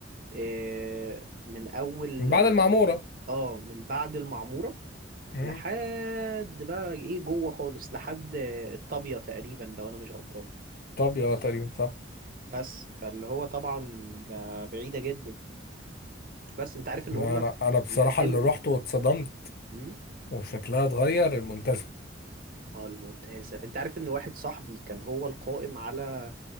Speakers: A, on the right; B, on the left.
A: آه، من اول
B: من بعد المعمورة
A: اه من بعد المعموره
B: مم.
A: لحد بقى ايه جوه خالص لحد الطابيه تقريبا لو انا مش غلطان
B: طب يا تقريبا صح
A: بس فاللي هو طبعا ده بعيدة جدا بس انت عارف ان
B: انا
A: هما
B: انا بصراحه
A: بيردموا
B: اللي رحت واتصدمت
A: امم
B: وشكلها اتغير المنتزه
A: اه المنتزه انت عارف ان واحد صاحبي كان هو القائم على